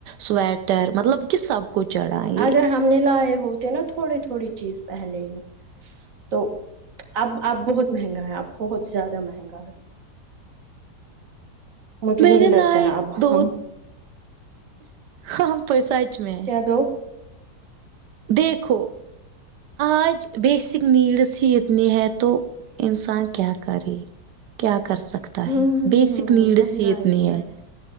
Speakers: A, on the right; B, on the right.
A: سویٹر مطلب کہ سب کو چڑھا یہ
B: اگر ہم نے لائے ہوتے نا تھوڑے تھوڑی چیز پہلے ہی تو اب اب بہت مہنگا ہے اب بہت زیادہ مہنگا ہے مجھے
A: میں
B: نہیں
A: نے
B: لگتا
A: لائے
B: ہے اب
A: دو
B: ہم
A: ہم تو سچ میں
B: کیا دو
A: دیکھو آج بیسک نیڈس ہی اتنی ہیں تو انسان کیا کرے کیا کر سکتا
B: ہوں
A: ہے بیسک نیڈس
B: مہنگائی
A: ہی اتنی
B: مہنگ
A: ہے